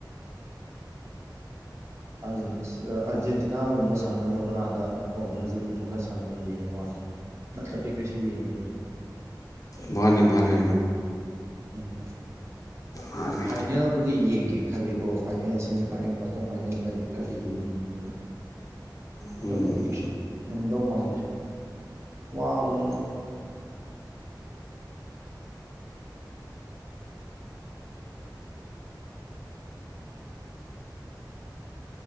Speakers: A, on the right; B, on the left.
A: ꯑꯥꯔꯖꯦꯟꯇꯤꯅꯥꯒꯨꯝꯕ ꯁꯥꯟꯅꯔ ꯀꯥꯟꯗ ꯀꯣ ꯕ꯭ꯔꯥꯖꯤꯜꯒꯨꯝꯕ ꯈꯔ ꯁꯥꯟꯅꯕ ꯌꯦꯡꯕ ꯋꯥꯅꯤ ꯅꯠꯇꯔꯗꯤ ꯀꯁꯤ ꯌꯦꯗꯔ
B: ꯃꯥꯅꯦ ꯃꯥꯅꯦ
A: ꯎꯝ
B: ꯃꯥꯅꯦ
A: ꯐꯥꯏꯅꯦꯜꯕꯨꯗꯤ ꯌꯦꯡꯒꯦ ꯈꯜꯂꯤꯀꯣ ꯐꯥꯏꯅꯦꯜ ꯁꯦꯃꯤꯐꯥꯏꯅꯦꯜ ꯀ꯭ꯋꯥꯔꯇꯔ ꯐꯥꯏꯅꯦꯜꯏ ꯈꯔꯗꯤ ꯌꯦꯡꯉꯤ
B: ꯎꯝ
A: ꯑꯇꯣꯞꯄꯗꯤ ꯀꯩꯁꯨ ꯉꯝꯗꯧ ꯃꯥꯟꯗ꯭ꯔꯦ ꯋꯥꯕꯅꯤꯅ